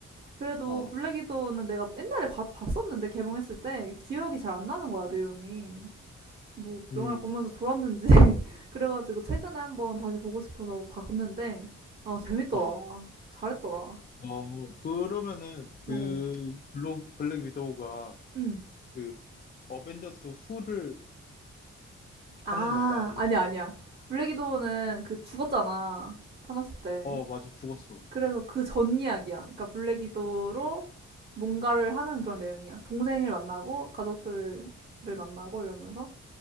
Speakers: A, on the right; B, on the left.
A: 그래도
B: 어,
A: 블랙 위도우는 내가 옛날에 봤- 봤었는데, 개봉했을 때. 기억이 잘 안 나는 거야, 내용이. 뭐
B: 음,
A: 영화를 보면서 졸았는지 <laughs> 그래가지고 최근에 한번 다시 보고 싶어서 봤는데 아 재밌더라
B: 어.
A: 잘했더라
B: 어, 그러면은 그
A: 어.
B: 블록, 블랙 위도우가
A: 응.
B: 그 어벤져스 후를
A: 아
B: 하는 건가? 아니면
A: 아니야 아니야 블랙 위도우는 그 죽었잖아 타노스 때
B: 어, 맞아, 죽었어.
A: 그래서 그 전 이야기야 그러니까 블랙 위도우로 뭔가를 하는 그런 내용이야 동생을 만나고 가족들을 만나고 이러면서